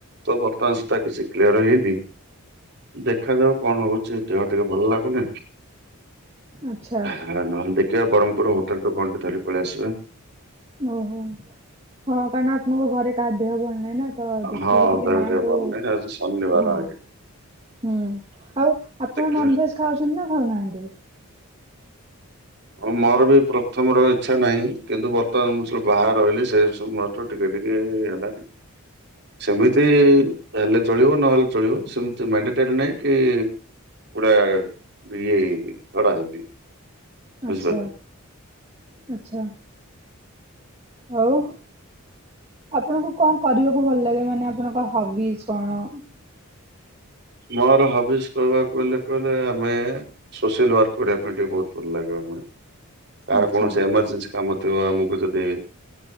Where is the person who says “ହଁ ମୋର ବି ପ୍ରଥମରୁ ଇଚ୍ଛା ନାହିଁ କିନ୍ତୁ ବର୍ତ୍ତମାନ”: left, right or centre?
Right